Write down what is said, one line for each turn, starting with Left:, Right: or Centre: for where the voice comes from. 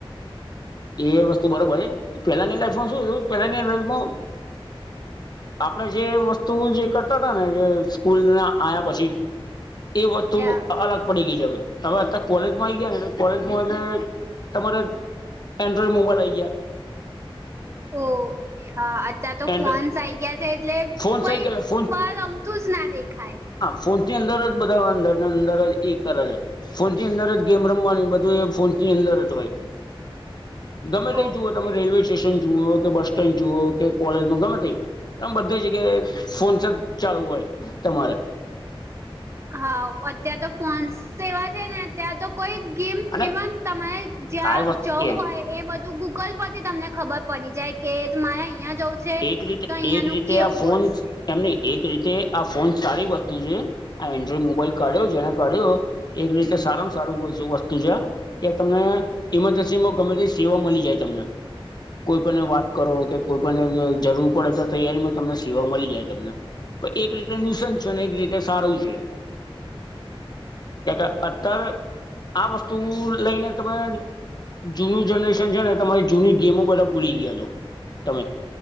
Left: એ વસ્તુ બરોબર છે પેલાની લાઈફમાં શું પેલાની લફ.
Right: . <inaudible>
Left: આપણે જે વસ્તુ જે કરતા હતા ને જે સ્કૂલને આ્યા પછી. એ વસ્તુ
Right: યા
Left: અલગ. પડી ગઈ જ હ હવે અત કોલેજમાં આવી ગયા ને કોલેજમાં એટલે તમારે. એન્ડ મોબાઈલ આ ગયા.
Right: ઓકે હા. ત્યાં તો
Left: એન્ડ
Right: ફોન્સ આ આવી ગયા છે એટલે
Left: ફોન્સ
Right: કોઈ
Left: આઈ ગયા એટલે
Right: બલ અમતું જ ના દેખાય.
Left: ફોન્સ ની અંદર જ બધા અંદરની અંદર જ એ કરે. ફોન ની અંદર જ ગેમ રમવાની બધું એ ફોન ની અંદર જ હોય. ગમે ત
Right: ઓકે
Left: જુઓ તમે રેલવે સ્ટેશન જુઓ કે બસ સ્ટેન્ડ જુઓ કે. કોલેજમાં ગમે તે આમ બધી જગ્યાએ ફોનસ જ ચાલુ હોય તમારે
Right: હા અતાર તો ફોન સેવા છે ને. ત્યાં તો કોઈ ગેમ
Left: અને
Right: ઇવન તમારે જ્યાં
Left: આ વસ્તુ
Right: જવું
Left: એમ
Right: હોય. એ બધું ગૂગલ પરથી તમને ખબર પડી જાય કે મારે અહં જવું. છે
Left: એક રીતે
Right: તો અહિયાંનું
Left: એક રીતે
Right: કેવું
Left: આ ફોન.
Right: હશે
Left: એમ નહી એક રીતે આ ફોન સારી વસ્તુ છે આ એન્ડ્રોઈડ મોબાઈલ કાઢ્યો જેને કાઢ્યો એક રીતે સારામાં સારું વસ્તુ છે. કે તમને ઈમરજન્સી માં ગમે તે સેવા મળી જાય તમને. કોઈ પણ વાત કરો કે કોઈ પણને જરૂર પડે તો તૈયારીમાં તમને સેવા મળી જાય તમને. એક રીતે નિસંત છે અને એક રીતે સારું છે. ક કે અત્યારે આ વસ્તુ લઈને તમે જૂનું જનરેશન છે ને તમારી જૂની ગેમો બધા ભૂલી ગયા છો તમે.